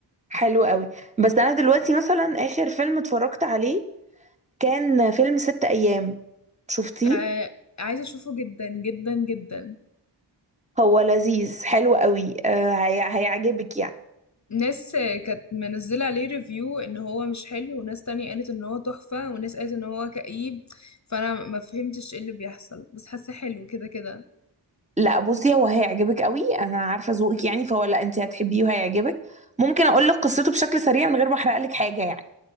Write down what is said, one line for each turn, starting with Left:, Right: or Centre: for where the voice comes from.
Right: حلو قوي بس انا دلوقتي مثلا اخر فيلم اتفرجت عليه كان فيلم ست ايام شفتيه
Left: آه عايزة أشوفه جدا جدا جدا
Right: هو لذيذ حلو قوي آه هي- هيعجبك يعني
Left: ناس كانت منزلة عليه ريفيو ان هو مش حلو وناس تانية قالت ان هو تحفة وناس قالت ان هو كئيب فانا ما فهمتش ايه اللي بيحصل بس حاسة حلو كده كده
Right: لا بصي هو هيعجبك قوي انا عارفه ذوقك يعني فهو لا انت هتحبيه وهيعجبك ممكن اقول لك قصته بشكل سريع من غير ما احرق لك حاجه يعني